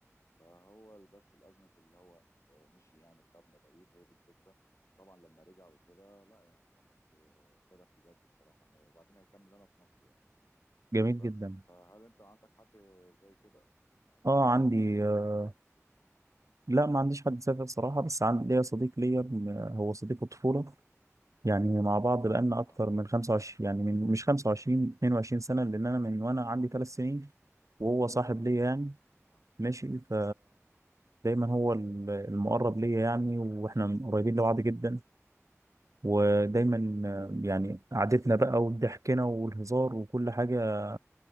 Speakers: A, on the left; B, on the right.
A: فهو بس الازمه اللي هو آه، مشي يعني وسابنا بعيد هي دي الفكره طبعا لما رجع وكده لا يعني الواحد آه، فرح بجد بصراحه انه وبعدين هيكمل هنا في مصر يعني
B: وجميل
A: بس
B: جدا
A: فهل انت عندك حد زي كده يعني يكون
B: اه
A: سافر
B: عندي
A: ورجع
B: آه،
A: بعد
B: لا ما عنديش حد سافر صراحة بس عندي ليا صديق ليا آه، هو صديق الطفولة يعني مع بعض بقالنا
A: اها
B: اكتر من 25 يعني من مش 25 22 سنة لان انا من وانا عندي ثلاث سنين وهو صاحب ليا يعني
A: اها
B: ماشي ف دايما هو ال- المقرب ليا يعني واحنا قريبين لبعض جدا ودايما
A: مهم.
B: آه، يعني قعدتنا بقى وضحكنا والهزار وكل حاجة